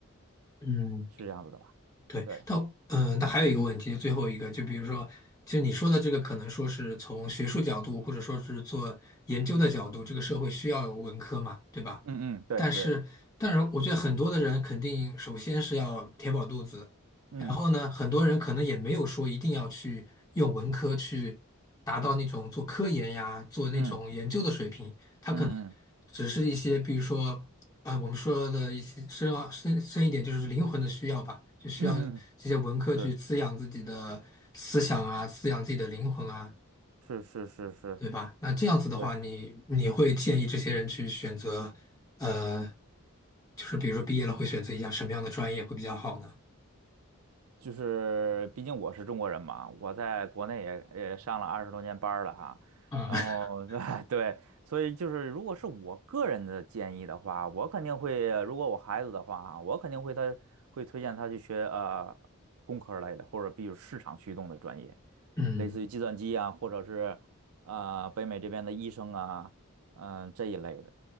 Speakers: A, on the left; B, on the right.
A: 嗯。
B: 是这样子的吧？
A: 对，
B: 对，
A: 但嗯，但还有一个问题，最后一个，就比如说，其实你说的这个，可能说是从学术角度，或者说是做研究的角度，这个社会需要有文科嘛，对吧？
B: 嗯嗯，对对，
A: 但是，但是我觉得很多的人肯定首先是要填饱肚子，
B: 嗯
A: 然后呢，很多人可能也没有说一定要去用文科去达到那种做科研呀、做那种研究的水平，
B: 嗯
A: 他可能
B: 嗯嗯
A: 只是一些，比如说。啊，我们说的一些深奥深深一点，就是灵魂的需要吧，就需要这些文科去滋养自己的思想啊，
B: 嗯嗯，是
A: 滋养自己的灵魂啊，
B: 是是是是，
A: 对吧？那这样子的话，
B: 对。
A: 你你会建议这些人去选择，呃，就是比如说毕业了会选择一下什么样的专业会比较好呢？
B: 就是毕竟我是中国人嘛，我在国内也也上了二十多年班儿了哈，
A: 啊，
B: 然后
A: <laughs>
B: <laughs> 对，所以就是如果是我个人的建议的话，我肯定会，如果我孩子的话啊，我肯定会他会推荐他去学呃工科类的，或者比如市场驱动的专业，
A: 嗯，
B: 类似于计算机啊，或者是呃北美这边的医生啊，嗯、这一类的，